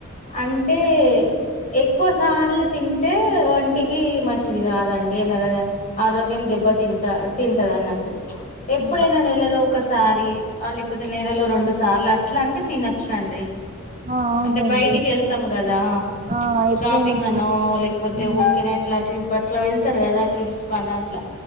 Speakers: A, on the left (about 35°); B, on the right (about 35°).
A: అంటే ఎక్కువ సార్లు తింటే ఒంటికి మంచిది కాదండి మలా ఆరోగ్యం దెబ్బతి తింటా తింటది అన్నట్టు ఎప్పుడైనా
B: ఆ
A: నెలలో ఒకసారి లేకపోతే నెలలో రెండు సార్లు అట్లా అంటే తినచ్చ అండీ
B: ఆ! అవునండి
A: అంటే బయటికి వెళ్తాం కదా
B: ఆ ఎప్పుడైనా
A: షాపింగ్
B: ఇప్పుడు
A: అనో లేకపోతే
B: హ్మ్.
A: ఊరికనే అట్లా ట్రిప్ అట్లా వెళ్తారు కదా ఆ ట్రిప్స్ కాని అట్లా